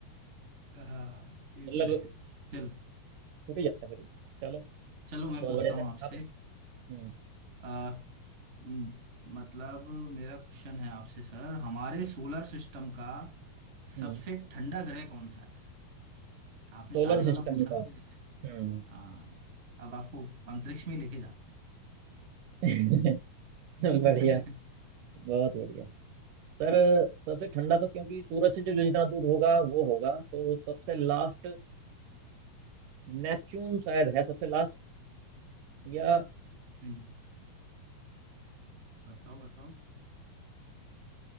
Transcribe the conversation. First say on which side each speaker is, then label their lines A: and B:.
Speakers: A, on the right (about 45°); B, on the right (about 75°).
A: हाँ ये
B: मतलब
A: तो है चल
B: छूट ही जाता है फिर चलो
A: चलो मैं
B: बहुत
A: पूछता
B: बढ़िया
A: हूँ
B: सर
A: आपसे
B: आप बताओ। हम्म
A: आ, म, मतलब मेरा क्वेश्चन है आपसे सर हमारे सोलर सिस्टम का
B: हम्म
A: सबसे ठंडा ग्रह कौन सा है आपने
B: सोलर
A: तारे
B: सिस्टम
A: वाला पूछा ना
B: का
A: मेरे से
B: हम्म
A: हाँ अब आपको अंतरिक्ष में लेके जाते हैं
B: <laughs> बढ़िया
A: <laughs>
B: बहुत बढ़िया सर सबसे ठंडा तो क्योंकि सूरज से जो जो जितना दूर होगा वो होगा तो सबसे लास्ट नेपच्यून शायद है सबसे लास्ट या
A: नहीं बताओ बताओ